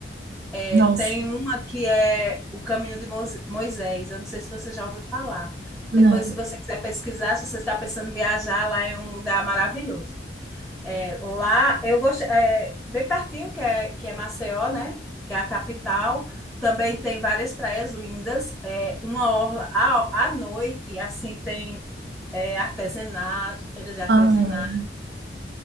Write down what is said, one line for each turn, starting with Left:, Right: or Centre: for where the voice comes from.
Centre: É,
Right: Nossa,
Centre: tem uma que é o Caminho de Mois- Moisés, eu não sei se você já ouviu falar.
Right: não.
Centre: Depois, se você quiser pesquisar, se você está pensando em viajar, lá é um lugar maravilhoso. É, lá, eu gostei, é, bem pertinho, que é, que é Maceió, né? Que é a capital. Também tem várias praias lindas. É, uma orla à, à noite, assim, tem é, artesanato, feiras de artesanato,
Right: Ah,